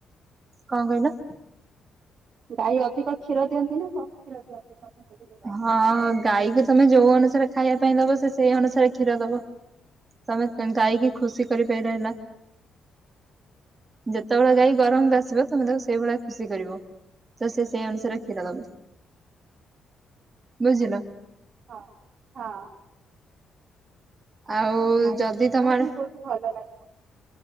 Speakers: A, on the right; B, on the right.
A: କଣ କଇଲ?
B: ଗାଈ ଅଧିକ କ୍ଷୀର ଦିଅନ୍ତି ନା କଣ? <unintelligible>
A: ହଁ ଗାଈକୁ ତମେ ଯୋଉ ଅନୁସାରେ ଖାଇଆ ପାଇଁ ଦବ ସେ ସେଇ ଅନୁସାରେ କ୍ଷୀର ଦବ। ତମେ ଗାଈକି ଖୁସି କରିପାରିଲେ ହେଲା। ଯେତେବେଳେ ଗାଈ ଗରମକୁ ଆସିବ ତମେ ତାକୁ ସେଇଭଳିଆ ଖୁସି କରିବ। ତ ସେ ସେଇ ଅନୁସାରେ କ୍ଷୀର ଦବ। ବୁଝିଲ?
B: ହଁ ହଁ।
A: ଆଉ
B: ଗାଈ
A: ଯଦି
B: କ୍ଷୀର
A: ତମ ଆଡେ
B: ବି ବହୁତ ଭଲ ଲାଗେ ନା।